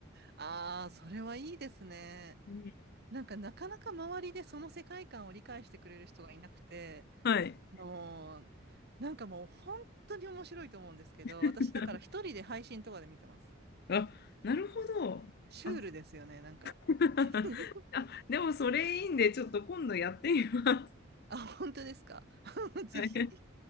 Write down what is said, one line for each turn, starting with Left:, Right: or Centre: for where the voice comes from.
Right: ああ、それはいいですね。
Left: <laughs>
Right: なんかなかなか周りでその世界観を理解してくれる人がいなくて、
Left: はい。
Right: もう、なんかもう本当に面白いと思うんですけど、
Left: <laughs>
Right: 私だから一人で配信とかで見てます。
Left: あ、なるほど。
Right: シュールですよね、
Left: あ、
Right: なんか。
Left: <laughs>
Right: <laughs>
Left: あ、でもそれいいんでちょっと今度やってみます。
Right: あ、本当ですか。<laughs> ぜひ。
Left: はい